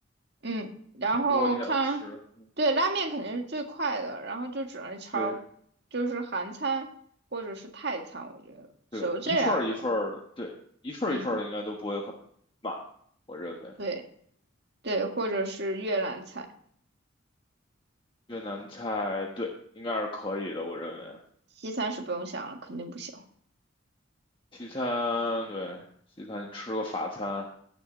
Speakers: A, on the right (about 55°); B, on the left (about 25°).
A: 嗯，然后看，
B: 如果你想要吃，嗯
A: 对，拉面肯定是最快的，然后就只能朝，
B: 对。
A: 就是韩餐或者是泰餐，我觉得只有这两个。
B: 对，一份儿一份儿的，对，一份儿一份儿的应该都不会很慢，
A: 嗯，
B: 我认为
A: 对对，或者是越南菜，
B: 越南菜对应该是可以的，我认为
A: 西餐是不用想了，肯定不行。
B: 西餐对西餐你吃个法餐，